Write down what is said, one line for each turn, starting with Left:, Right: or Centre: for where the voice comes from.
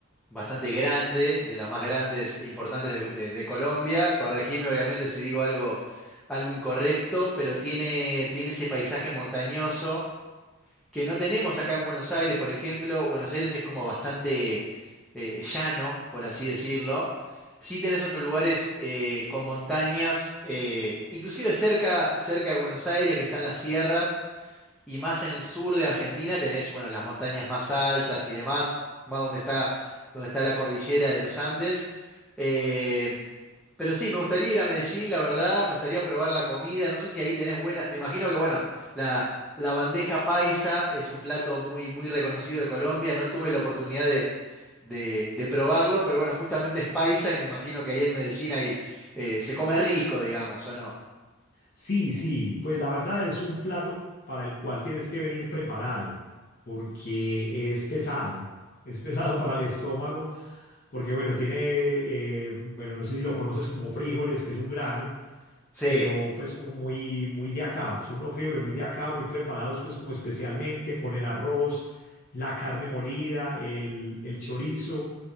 Centre: bastante grande, de las más grandes e importantes de, de- de Colombia. Corregime, obviamente, si digo algo, algo incorrecto, pero tiene, tiene ese paisaje montañoso que no tenemos acá en Buenos Aires, por ejemplo. Buenos Aires es como bastante eh, llano, por así decirlo. Sí tenés otros lugares eh, con montañas, eh, inclusive cerca, cerca de Buenos Aires, que están las sierras, y más en el sur de Argentina tenés, bueno, las montañas más altas y demás, más donde está, donde está la cordillera de los Andes. Eh, pero sí, me gustaría ir a Medellín, la verdad, me gustaría probar la comida. No sé si ahí tenés buena. Me imagino que, bueno, la, la bandeja paisa es un plato muy, muy reconocido de Colombia. No tuve la oportunidad de, de- de probarlo, pero bueno, justamente es paisa y me imagino que ahí en Medellín ahí, eh, se come rico, digamos, ¿o no?
Left: Sí, sí, pues la verdad es un plato para el cual tienes que venir preparado, porque es pesado. Es pesado <laughs> para el estómago, porque bueno, tiene, eh, bueno, no sé si lo conoces como frijoles, que es un grano
Centre: Sí,
Left: pero pues como muy, muy de acá, pues, unos frijoles muy de acá, muy preparados pues como especialmente con el arroz, la carne molida, el, el chorizo,